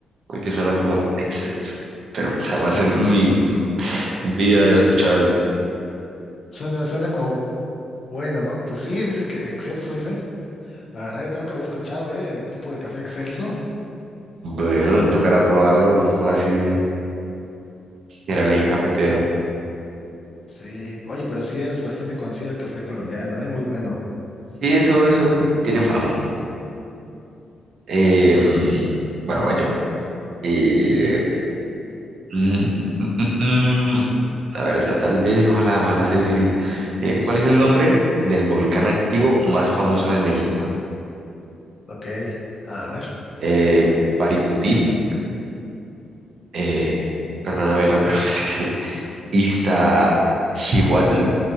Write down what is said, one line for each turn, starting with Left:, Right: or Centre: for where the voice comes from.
Right: porque suena como excelso, pero jamás en mi vida había escuchado eso.
Left: Suena, suena como bueno, ¿no? Pues sí, dice que excelso, dice. La verdad, yo tampoco lo había escuchado, ¿eh? El tipo de café excelso.
Right: Bueno, tocará probarlo, a ver si era el eje cafetero.
Left: Sí. Oye, pero sí es bastante conocido el café colombiano, ¿eh? Muy bueno.
Right: Sí, eso, eso, eso, tiene fama. Eh,
Left: Sí, sí.
Right: bueno, voy yo. Eh,
Left: sí.
Right: mm, mm, mm, mm. A ver, esta tal vez, ojalá, ojalá sea difícil. Eh, ¿cuál es el nombre del volcán activo más famoso de México?
Left: Ok, a ver.
Right: Eh, Paricutín, eh, perdóname la <laughs> pronunciación, Iztaccíhuatl,